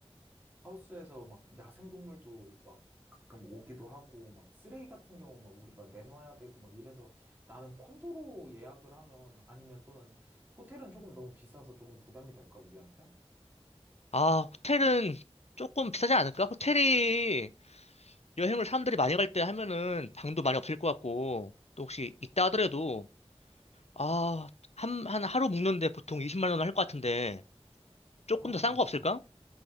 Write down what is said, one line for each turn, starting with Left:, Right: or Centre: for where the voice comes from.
Right: 하우스에서 막 야생동물도 막 가끔 오기도 하고 막 쓰레기 같은 경우 막 우리가 내놔야 되고 막 이래서 나는 콘도로 예약을 하면 아니면 또는 호텔은 조금 너무 비싸서 조금 부담이 될까 우리한테?
Left: 아, 호텔은 조금 비싸지 않을까? 호텔이 여행을 사람들이 많이 갈 때 하면은 방도 많이 없을 것 같고. 또 혹시 있다 하더라도 아, 한, 한 하루 묵는데 보통 20만 원 할 것 같은데 조금
Right: 아,
Left: 더 싼
Right: 맞아.
Left: 거 없을까?